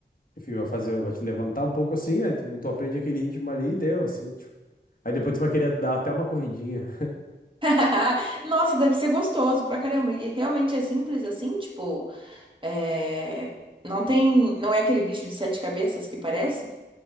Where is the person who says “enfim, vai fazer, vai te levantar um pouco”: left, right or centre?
Left